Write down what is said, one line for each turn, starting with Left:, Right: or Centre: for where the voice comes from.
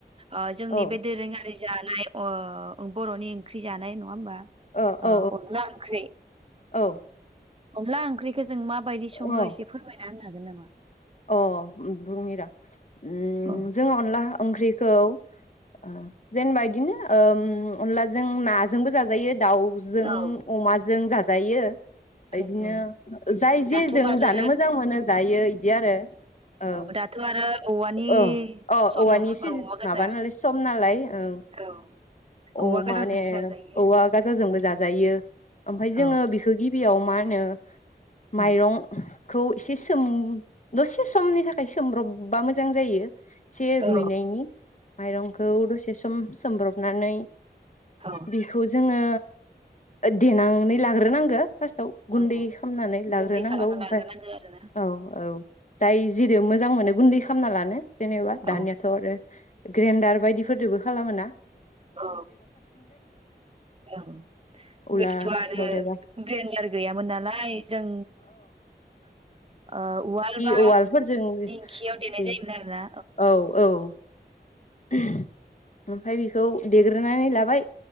Right: ओ जोंनि
Left: औ
Right: बे दोरोङारि जानाय अओ बर'नि ओंख्रि जानाय नङा होमबा?
Left: अ औ
Right: ओ अनला ओंख्रि
Left: औ
Right: अनला ओंख्रिखो ज जों माबायदि
Left: औ
Right: सङो
Left: अ
Right: एसे फोरमायना होनो हागोन नामा?
Left: अ उम बुंनि र' उम
Right: औ
Left: जोङो अनला ओंख्रिखौ ओ जेनेबा बिदिनो ओम अनलाजों नाजोंबो जाजायो दाउजों
Right: औ
Left: अमाजों जाजायो <inaudible>
Right: औ
Left: इदिनो
Right: औ
Left: जाय जेजों
Right: दाथ' आरो
Left: जानो मोजां मोनो दायै दि आरो ओं
Right: औ दाथ' आरो औवानि
Left: ओ औ
Right: सम
Left: औवानि
Right: नङा होमबा
Left: सिजो
Right: औवा गोजा
Left: माबा नालाय सम नालाय ओं
Right: औ
Left: औ
Right: औवा गोजाजोंबो
Left: माने
Right: जाजायो
Left: औवा गाजाजोंबो जाजायो ओमफाय जोङो
Right: औ
Left: बेखौ गिबियाव मा मोनो। माइरंखौ
Right: उम
Left: इसे सोम दसे समनि थाखाय सोमब्रबबा मोजां जायो। एसे
Right: औ
Left: रुइनायनि माइरंखौ दसे सम। सोमब्रबनानै।
Right: औ
Left: बेखौ जोङो देनानै लाग्रोनांगोन। फार्स्टआव
Right: औ
Left: गुन्दै
Right: औ
Left: खालामनानै लाग्रोनांगौ
Right: गुन्दै खालामना
Left: ओमफ्राय
Right: लाग्रोनांगौ आरो ना
Left: औ औ। जाय जेरै मोजां मोनो गुन्दै खालामना लानो। जेनेबा
Right: औ
Left: दानियाथ आरो ग्रेन्डार बायदिफोरजोंबो खालामोना।
Right: औ औ
Left: उला
Right: गोदोथ' आरो
Left: हर देबा
Right: ग्रेडार गैयामोन नालाय जों ओ उवाल बा
Left: औवालफोरजों
Right: दिंखियाव देनाय
Left: दे
Right: जायोमोन आरोना
Left: औ औ। औ। ओमफ्राय बेखौ दे देग्रोनानै लाबाय